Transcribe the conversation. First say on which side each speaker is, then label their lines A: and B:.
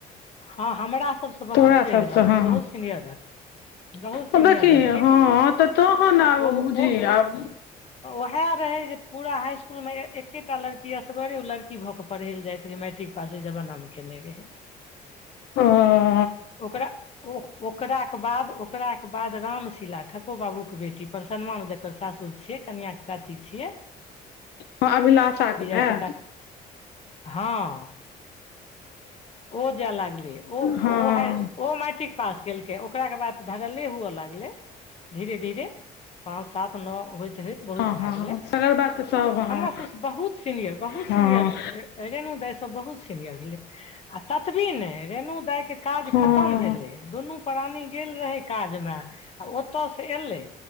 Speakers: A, on the left; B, on the left.
A: हँ हमरा सभसँ बहुत
B: तोरा
A: पैघ
B: सबसँ
A: रहथिन
B: हँ
A: बहुत सीनियर रहथिन बहुत सीनियर
B: हँ देखी
A: रहथिन
B: हँ तऽ तोहन आब
A: ओ
B: बुझही
A: ओ
B: आब
A: उएह रहै जे पूरा हाइ इस्कुलमे एकेटा लड़की असगरे ओ लड़की भऽ कऽ पढ़य लए जाइत रहै मैट्रिक पास होइ जमाना मऽ केने रहय
B: हँ
A: ओकरा ओ ओकराके बाद ओकराके बाद रामशला ठको बाबूके बेटी परसनमामे जकर सासुर छैिय कनिआँ कऽ चाची छियै
B: <inaudible> अभिलाषाके
A: विजय
B: माय
A: चाचा कऽ हँ ओ जाय लागलै ओ
B: हँ
A: ओ ओ मेट्रीक पास केलकै ओकरा के बाद धरले हुअ लगलै धीरे धीरे पाँच सात न‌अ होइत होइत बहुत
B: हँ
A: भए
B: हँ
A: गेलै
B: सगर बात तऽ सब हँ
A: हमरा सबसँ बहुत सीनियर बहुत
B: हँ
A: सीनियर रेणु दाइ सब बहुत सीनियर भेलै आ ततबे न‌इ रेणु दइके काज
B: हँ
A: खतम भेलै दुनू प्राणी गेल रहै काजमे आ ओत सऽ एलै